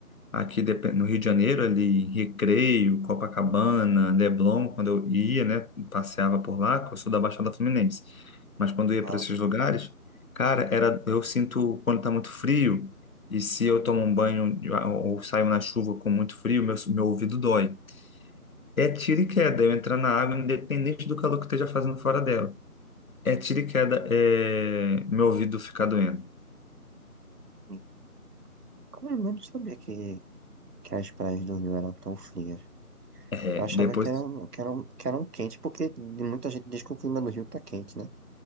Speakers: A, on the left; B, on the right.
A: Aqui depen- no Rio de Janeiro, ali, em Recreio, Copacabana, Leblon, quando eu ia, né, passeava por lá, que eu sou da Baixada Fluminense. Mas quando eu ia
B: ah,
A: para esses lugares, cara, era, eu sinto quando está muito frio, e se eu tomo um banho ou ou saio na chuva com muito frio, meu, meu ouvido dói. É tiro e queda, eu entrar na água, independente do calor que eu esteja fazendo fora dela. É tiro e queda, é, meu ouvido ficar doendo.
B: sim. Como é? eu não sabia que, que as praias do Rio eram tão frias.
A: É,
B: Eu achava
A: depois
B: que eram, que eram, que eram quentes, porque muita gente diz que o clima do Rio tá quente, né?